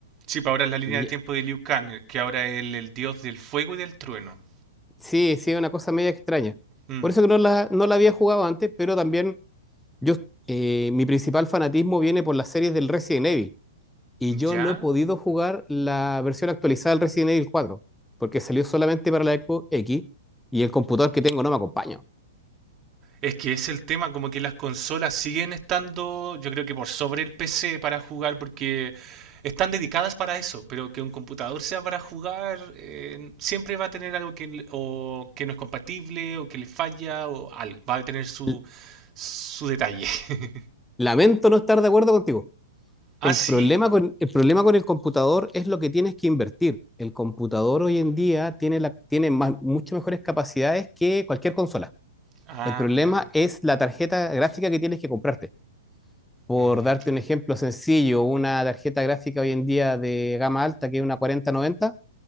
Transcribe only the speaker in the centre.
Y
Sí, sí, es una cosa media extraña.
Por eso que no la, no la había jugado antes, pero también yo, eh, mi principal fanatismo viene por las series del Resident Evil. Y yo
no he podido jugar la versión actualizada del Resident Evil cuatro porque salió solamente para la Xbox X y el computador que tengo no me acompaña.
L-
Lamento no estar de acuerdo contigo.
El
problema con, el problema con el computador es lo que tienes que invertir. El computador hoy en día tiene, la, tiene más- mucho mejores capacidades que cualquier consola.
El problema
es la tarjeta gráfica que tienes que comprarte. Por
darte un ejemplo sencillo, una tarjeta gráfica hoy en día de gama alta, que es una cuarenta noventa,